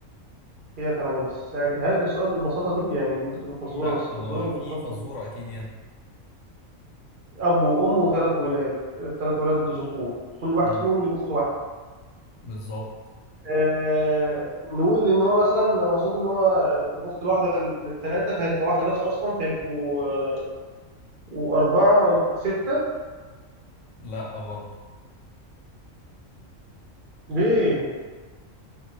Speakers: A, on the right (about 45°); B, on the left (about 70°).
A: هي تمانية بس هل السؤال بالبساطة دي يعني ممكن تبقى فزورة
B: لا
A: بس
B: هو
A: فزورة بالبساطة
B: في فزورة
A: دي
B: أكيد يعني
A: أب وأم وتلات ولاد آه، تلات ولاد ذكور كل واحد
B: مم.
A: فيهم ليه أخت واحدة
B: بالظبط
A: آه، نقول ان هو مثلا مقصود ان هو الاخت الواحده للثلاثه فهتبقى واحده بس اصلا فيبقوا آه، واربعه سته
B: لا برضه
A: ليه؟